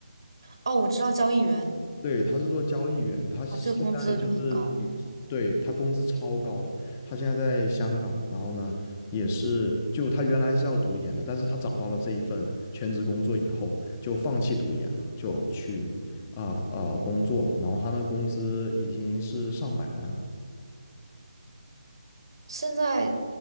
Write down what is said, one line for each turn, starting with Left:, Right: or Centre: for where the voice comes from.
Right: 哦，我知道交易员
Left: 对，他是做交易员，他现在就是以，
Right: 啊，这个工资就很高。
Left: 对，他工资超高了，他现在在香港，然后呢，也是就他原来是要读研的，但是他找到了这一份全职工作以后，就放弃读研了，就去啊啊、呃呃工作了，然后他的工资已经是上百万了，
Right: 现在，